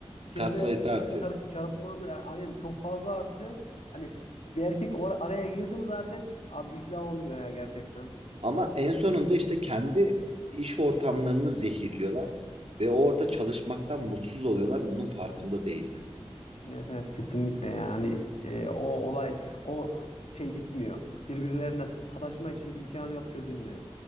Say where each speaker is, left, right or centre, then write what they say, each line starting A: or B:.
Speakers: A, on the left; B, on the right.
A: kelimelerin
B: Kat sayısı
A: kendine
B: artıyor.
A: çar çarpması ya- aynen çok fazla artıyor. Hani bir erkek or- araya girdi mi zaten abi iflah olmuyor ya gerçekten.
B: Ama en sonunda işte kendi iş ortamlarını zehirliyorlar ve orada çalışmaktan mutsuz oluyorlar. Bunun farkında değiller.
A: Evet evet kesinlikle yani Hani, e, o olay o şey bitmiyor. Birbirlerine sataşma işi imkanı yok çözülmüyor.